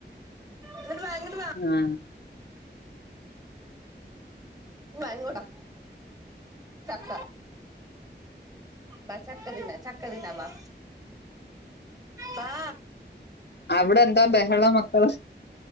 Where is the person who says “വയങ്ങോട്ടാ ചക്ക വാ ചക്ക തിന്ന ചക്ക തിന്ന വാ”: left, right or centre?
Right